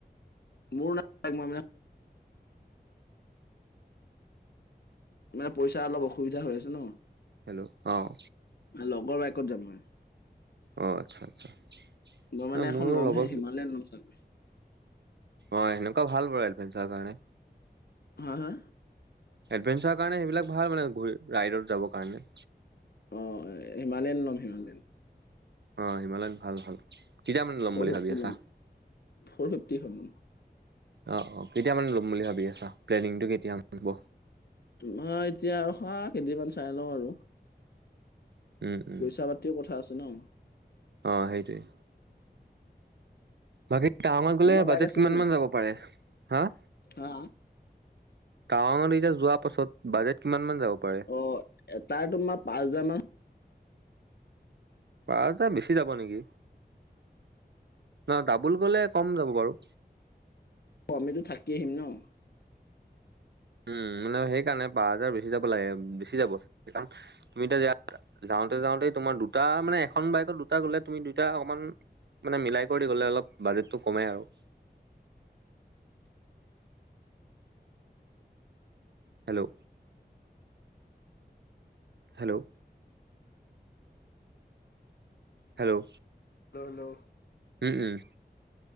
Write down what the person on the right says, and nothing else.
হেল্ল' অহ
অ আচ্ছা আচ্ছা
ন
মোৰ
লগৰ
অ সেনেকুৱা ভাল বাৰু এডভেঞ্চাৰ কাৰণে
এডভেঞ্চাৰৰ কাৰণে সেইবিলাক ভাল মানে, ঘু- ৰাইডত যাবৰ কাৰণে।
অ' হিমালয়ান ভাল - ভাল। কেতিয়া মানে ল'ম
বুলি
ভাবি আছা
অ অ কেতিয়া মানে ল'ম বুলি ভাবি আছা প্লেনিংটো কেতিয়া মানে হ'ব
উম উম
অ' সেইটোৱে। বাকী টাৱাঙত গ'লে
বাজেট
কিমানমান
যাব পাৰে? হা?
টাৱাঙত এতিয়া যোৱা পাছত, বাজেট কিমান মান যাব পাৰে
পাঁচহাজাৰ বেছি যাব নেকি? ন ডাবুল গ'লে কম যাব বাৰু।
উম, মানে সেইকাৰণে পাঁচ হাজাৰ বেছি যাব লাগে। বেছি যাব, কাৰণ তুমি এতিয়া যাওঁতে - যাওঁতেই তোমাৰ দুটা মানে, এখন বাইকত দুটা গ'লে, তুমি দুটা অকমান মানে মিলাই কৰি গ'লে অলপ, বাজেটটো কমে আৰু। Hello? Hello? Hello?
উম - উম।